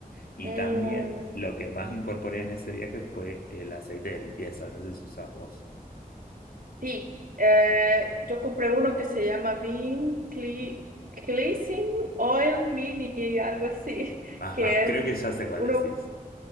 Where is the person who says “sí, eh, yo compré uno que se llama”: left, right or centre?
Right